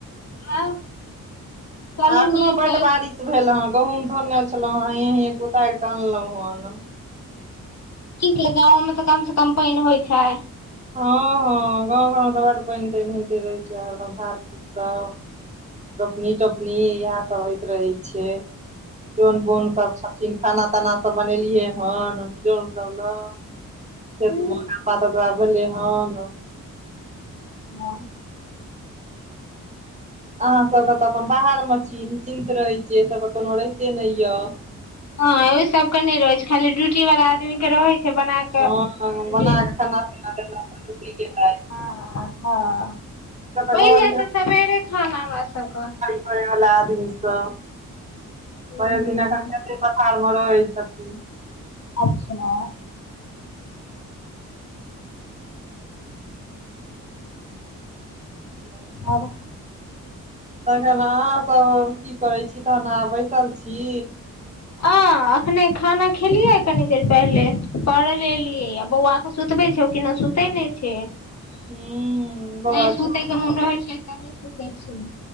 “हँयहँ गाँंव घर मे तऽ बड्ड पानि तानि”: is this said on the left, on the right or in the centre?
Right